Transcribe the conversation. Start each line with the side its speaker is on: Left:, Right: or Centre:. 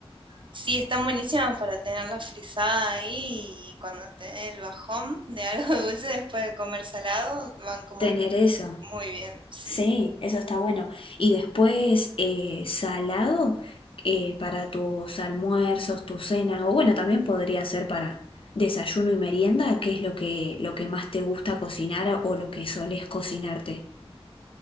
Right: Sí, están buenísimas para tenerla frisada ahí y cuando te dé el bajón de algo <laughs> dulce después de comer salado, van como
Left: Tener eso.
Right: muy bien, sí.
Left: Sí, eso está bueno. Y después eh, salado eh, para tus almuerzos, tus cenas, o bueno, también podría ser para desayuno y merienda, que es lo que, lo que más te gusta cocinar o lo que solés cocinarte.